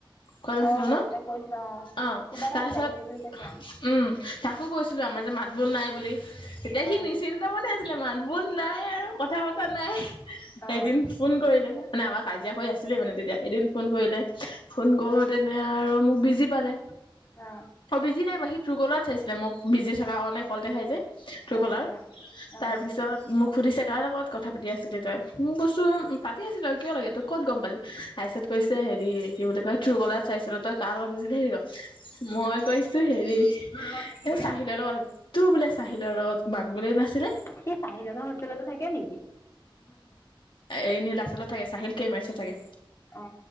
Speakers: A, on the left; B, on the left.
A: কত
B: অ
A: আছিলো
B: মাজতে
A: ন
B: কৈছিলা
A: অ
B: কিবা
A: তাৰপিছত
B: এটা লাগিছিল বুলি কৈছিলা
A: উম তাকো কৈছিলো আমাৰ যে মাত বোল নাই বুলি তেতিয়া
B: অ
A: সি নিশ্চিন্ত মনে আ <unintelligible> মাটবুল নাই আৰু কথা পতা নাই
B: অ
A: এদিন ফোন কৰিলে মানে আমাৰ কাজিয়া হৈ আছিলে মানে তেতিয়া এদিন ফোন কৰিলে ফোন কৰো
B: অ
A: তেনে আৰু মোক বিজি পালে।
B: অ
A: অ বিজি নাই ব সি তোৰুকলাৰত চাইছিলে মোক বিজি থকা অ নাই কল দেখাই যে <unintelligible> তোৰুকলাৰত
B: অ অ
A: তাৰপিছত মোক <unintelligible> সুধিছে কাৰ লগত কথা পাতি আছিলি তই? মোক বস্তু পাতি আছিল তই কিয় লাগে তই ক'ত গম পালি? কৈছে, হেৰি কি বুলি কয় ত্ৰুকলা চাইছিলো তই কাৰ লগত বিজি থাকে মই কৈছো
B: অ
A: হেৰি এই চাহিলৰ লগত। তোৰ বোলে চাহিলৰ লগত বান বোলে নাছিলে।
B: সেই পাহি লগা হোষ্টেলতে থাকে নেকি?
A: এ নীলাচালত থাকে চাহিল কেইমাৰছ থাকে
B: অ